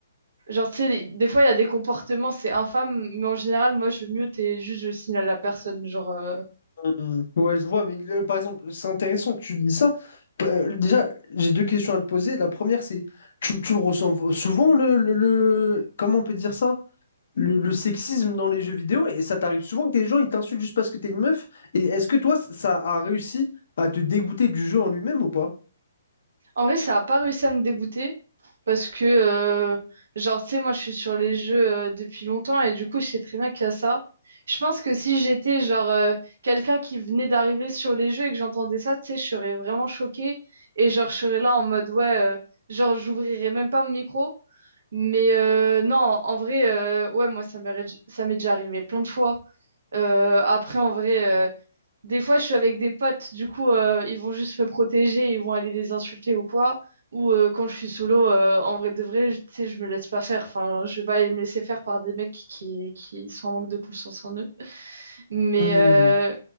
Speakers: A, on the right; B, on the left.
A: Genre, tu sais, des fois, il y a des comportements, c'est infâme, mais en général, moi, je mute et juste je signale à la personne. Genre, euh,
B: Hmm. Ouais, je vois, mais euh, par exemple, c'est intéressant que tu dis ça. P- euh, déjà, j'ai deux questions à te poser. La première, c'est, tu, tu le ressens v- souvent, le, le, le- comment on peut dire ça? Le, le sexisme dans les jeux vidéo, et ça t'arrive souvent que des gens, ils t'insultent juste parce que t'es une meuf, et est-ce que toi, ça a réussi à te dégoûter du jeu en lui-même ou pas?
A: en vrai, ça a pas réussi à me dégoûter parce que, euh, genre, tu sais, moi, je suis sur les jeux euh, depuis longtemps et du coup, je sais très bien qu'il y a ça. Je pense que si j'étais, genre, euh, quelqu'un qui venait d'arriver sur les jeux et que j'entendais ça, tu sais, je serais vraiment choquée et, genre, je serais là en mode, ouais, euh, genre, j'ouvrirais même pas mon micro. Mais euh, non, en vrai, euh, ouais, moi, ça m'est, ça m'est déjà arrivé plein de fois. Euh, après, en vrai, euh, des fois, je suis avec des potes, du coup, euh, ils vont juste me protéger, ils vont aller les insulter ou quoi. Ou euh, quand je suis solo, euh, en vrai de vrai, je- tu sais, je me laisse pas faire. Enfin, je vais pas aller me laisser faire par des mecs qui, qui sont en manque de confiance en eux. Mais,
B: Hmm.
A: euh,